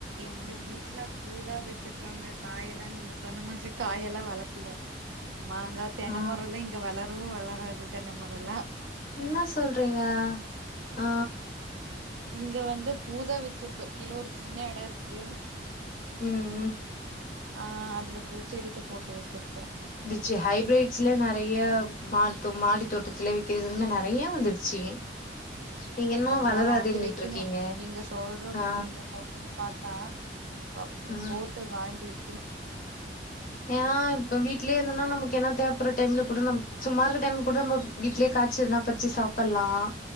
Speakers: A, on the right; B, on the left.
A: எங்க வீட்ல பூதா வச்சிருக்காங்க காய எல்லாம் நீங்க சொன்ன மாரி காயெல்லாம் வளர்க்கல மாங்கா தென்ன
B: ஆ
A: மரம் இங்க வளரவும் வளராது தென்ன மரமெல்லாம்
B: என்ன சொல்றீங்க ஆ
A: இங்க வந்து பூதா வச்சிருக்கு கீழ ஒரு சின்ன எடோ இருக்கு
B: ம் ம்
A: ஆ அதுல பூச்செடித்தா போட்டு வச்சிருக்கே
B: சி ஹைபிரிட்ஸ்ல நெறைய மா மாடி தோட்டத்துல வைக்கிறது நெறைய வந்துடுச்சு நீங்க என்ன
A: அதெல்லாம்
B: வளராதுன்னுட்டு
A: வாங்கி வைக்கணும்
B: இருக்கீங்க
A: நீங்க சொல்ற
B: ஆ
A: நீங்க சொல்றத பாத்தா ப
B: ஆ
A: போட்டு வாங்கி விக்கினும்
B: ஏன் இப்ப வீட்லயே இருதுன்னா நமக்கு என்ன தேவைப்படுற டைம்ல கூட ந சும்மா இருக்கற டைம்ல கூட நம்ம வீட்லயே காய்ச்சி என்னா பரிச்சு சாப்பலாம்